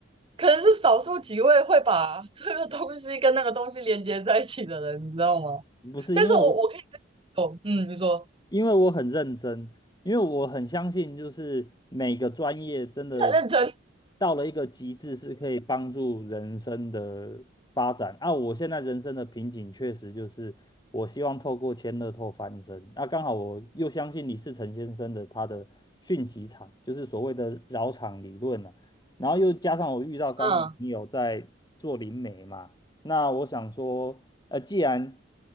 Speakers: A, on the right (about 30°); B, on the left (about 20°).
A: 可能是少数几位会把 <laughs> 这个东西跟那个东西连接在一起的人，你知道吗？
B: 嗯，不是，
A: 但是我我可以
B: 因为我
A: 懂，嗯，你说
B: 因为我很认真，因为我很相信，就是每个专业真的
A: 你很认真，
B: 到了一个极致，是可以帮助人生的发展。啊，我现在人生的瓶颈确实就是，我希望透过千乐透翻身。那、刚好我又相信李世成先生的他的讯息场，就是所谓的绕场理论了、然后又加上我遇到刚好你有在做灵媒嘛，
A: 嗯
B: 那我想说。呃，既然